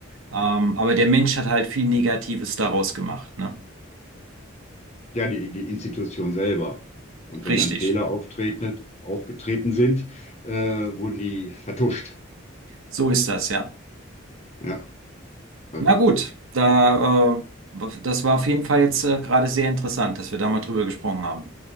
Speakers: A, on the right (about 80°); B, on the left (about 35°).
A: Ähm, aber der Mensch hat halt viel Negatives daraus gemacht, ne?
B: Ja, die, die Institution selber. Und wenn
A: Richtig.
B: dann Fehler auftreten, aufgetreten sind, äh, wurden die vertuscht.
A: So ist das, ja.
B: Ja, also.
A: Na gut, da, äh, das war auf jeden Fall jetzt äh, gerade sehr interessant, dass wir da mal drüber gesprochen haben.